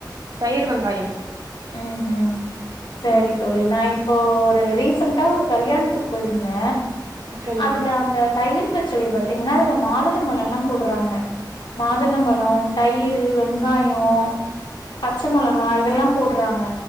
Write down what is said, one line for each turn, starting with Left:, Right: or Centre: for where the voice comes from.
Right: தயிர் வெங்காயம்
Left: ம் ம் சரி
Right: ம்
Left: தோழி நா இப்போ து ரீசென்ட்டா ஒரு கல்யாண்த்துக்கு போயிருந்த
Right: சரிம்மா
Left: அதுல அந்த தயிர் பச்சடி பத்தீங்கன்னா அதுல மாதுளபழல போடுறாங்க மாதுளம்பலோ தயிரு வெங்காயோ பச்ச மொளஹா இதெல்லா போடுறாங்க